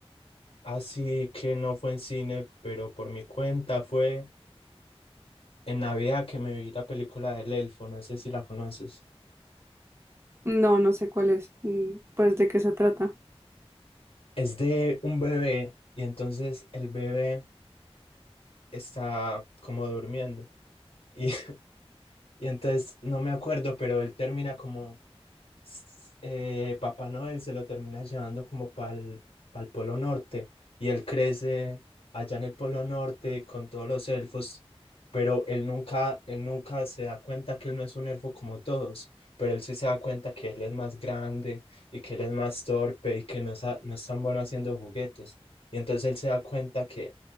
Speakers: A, on the left; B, on the right.
A: así que no fue en cine, pero por mi cuenta fue en Navidad que me vi la película del elfo, no sé si la conoces.
B: No, no sé cuál es, mm, pues de qué se trata.
A: Es de un bebé y entonces el bebé está como durmiendo y, <laughs> y entonces no me acuerdo, pero él termina como s- eh, Papá Noel se lo termina llevando como para el Polo Norte y él crece allá en el Polo Norte con todos los elfos, pero él nunca, él nunca se da cuenta que él no es un elfo como todos, pero él sí se da cuenta que él es más grande y que él es más torpe y que no, sa- no es tan bueno haciendo juguetes. Y entonces él se da cuenta que,